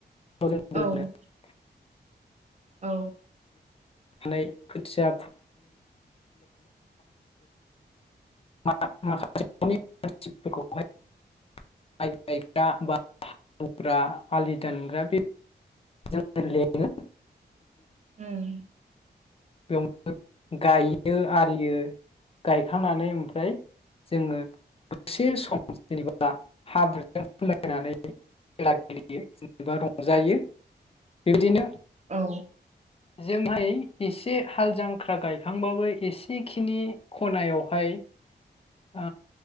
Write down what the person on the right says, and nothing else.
औ
औ
उम
औ